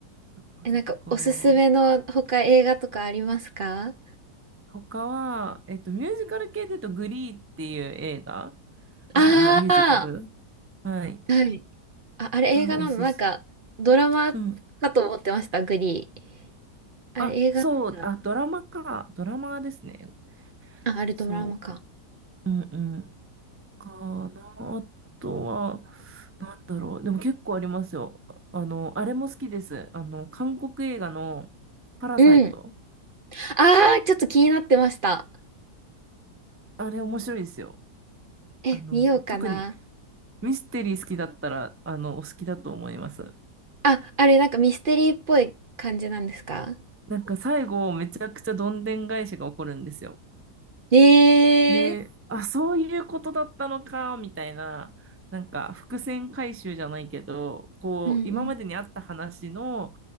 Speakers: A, on the right (about 20°); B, on the right (about 40°).
A: そっかそっか。
B: え、なんかおすすめの他映画とかありますか
A: 他は、えっと、ミュージカル系で言うと、グリーっていう映画、あ、
B: ああ
A: まあ、ミュージカル、はい、
B: ー、はい。あ、あれ映画なのなんかドラマかと思ってました、
A: がおすす、うん。
B: グリー。あれ映画なんだ。
A: あ、そう、あ、ドラマか。ドラマですね。
B: あ、あれドラマか。
A: そう。うんうん。かな。あとは、なんだろう。でも結構ありますよ。あの、あれも好きです。あの、韓国映画のパラサイト。
B: うん。ああ、ちょっと気になってました。
A: あれ面白いですよ。
B: え、
A: あの、
B: 見ようかな。
A: 特に、ミステリー好きだったら、あの、お好きだと思います。
B: あ、あれなんかミステリーっぽい感じなんですか
A: なんか最後、めちゃくちゃどんでん返しが起こるんですよ。
B: ええー。
A: で、あ、そういうことだったのか、みたいな、なんか伏線回収じゃないけど、こう、
B: うんうん
A: 今までにあった話の、